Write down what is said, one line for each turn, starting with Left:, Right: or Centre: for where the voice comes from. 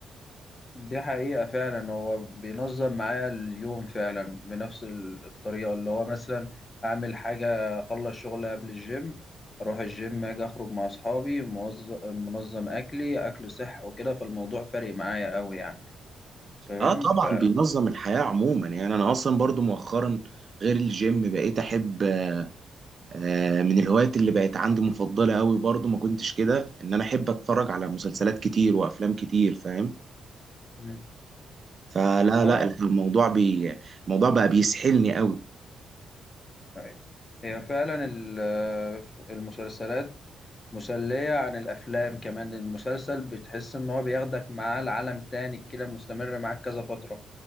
Left: دي حقيقه فعلا هو بينظم معايا اليوم فعلا بنفس ال- الطريقه اللي هو مثلا اعمل حاجه اخلص شغل قبل الجيم اروح الجيم اجي اخرج مع اصحابي موظ- منظم اكلي اكل صح وكده فالموضوع فارق معايا قوي يعني تمام
Right: اه طبعا
Left: ف
Right: بينظم الحياة عموما يعني انا اصلا برضو مؤخرا غير الجيم بقيت احب آه، آه، من الهوايات اللي بقت عندي مفضلة قوي برضو ما كنتش كده ان انا احب اتفرج على مسلسلات كتير وافلام كتير فاهم
Left: مم.
Right: فلا
Left: اه
Right: لا الموضوع بي الموضوع بقى بيسحلني قوي
Left: أيوة. هي فعلا ال- آه، المسلسلات مسلية عن الأفلام كمان المسلسل بتحس إن هو بياخدك معاه لعالم تاني كده مستمر معاك كذا فترة